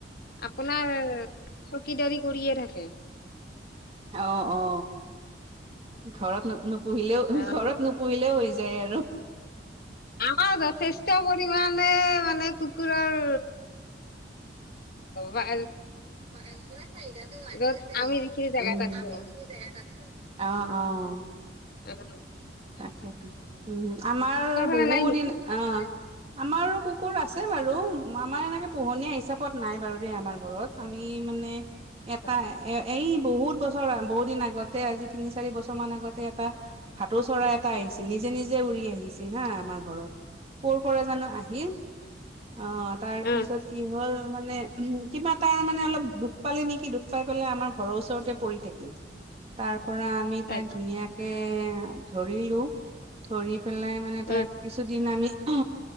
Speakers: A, on the left; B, on the right.
A: আপোনাৰ চকীদাৰী কৰিয়ে থাকে।
B: অ অ ঘৰত নো নুপুহিলেও ঘৰত
A: অ',
B: নুপুহিলেও হৈ যায় আৰু
A: আমাৰ যথেষ্ট পৰিমণে মানে কুকুৰৰ হে
B: <unintelligible>
A: য'ত আমি যিখিনি জেগাত
B: অ
A: আছো। এক
B: তাকেইতো উ আমাৰ
A: ফালে
B: বহুদিন
A: নাই নেকি?
B: অ। আমাৰো কুকুৰ আছে বাৰু আমাৰ এনেকে পোহনীয়া হিচাপত নাই বাৰু দেই আমাৰ ঘৰত। আমি মানে এটা
A: অ',
B: এ এই বহুত বছৰ বহুত দিন আগতে আজি তিনি চাৰি বছৰ মান আগতে এটা ভাতৌ চৰাই এটা আহিছিল নিজ নিজে নিজে উৰি আহিছিল হা আমাৰ ঘৰত কৰ' পৰা জানো আহিল। অ তাৰ
A: অ',
B: পিছত কি হ'ল মানে কিবা তাৰ মানে অলপ দুখ পালে নেকি দুখ পাই পেলাই আমাৰ ঘৰৰ ওচৰতে পৰি থাকিল তাৰ পৰা আমি তাক
A: আচ্ছা
B: ধুনীয়াকে ধৰিলোঁ। ধৰি পেলাই মানে তাক
A: উম।
B: কিছুদিন আমি এ